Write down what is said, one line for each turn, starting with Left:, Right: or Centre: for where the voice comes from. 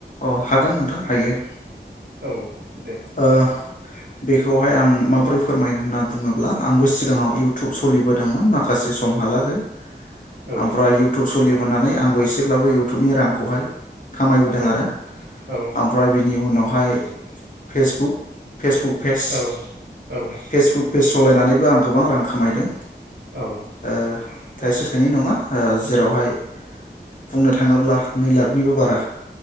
Left: अ हागोन नोंथाङ हायो
Right: औ दे
Left: ओ बेखौहाय आं माबोरै फोरमायनो होनना बुङोब्ला आंबो सिगाङाव इउटुब सलिबोदों दोंमोन माखासे समहालागै
Right: औ
Left: ओमफ्राय इउटुब सोलि मोननानै आंबो एसेब्लाबो इउटुबनि रांखौहाय खामायबोदों
Right: औ
Left: आरो
Right: औ
Left: ओमफ्राय बिनि उनावहाय फेसबुक फेसबुक पेज
Right: औ औ
Left: फेसबुक पेज सलायनानैबो आं गोबां रां खामायदों।
Right: औ
Left: ओ थाइसे थाइनै नङा जेरावहाय बुंनो थाङोब्ला नै लाखनिबो बारा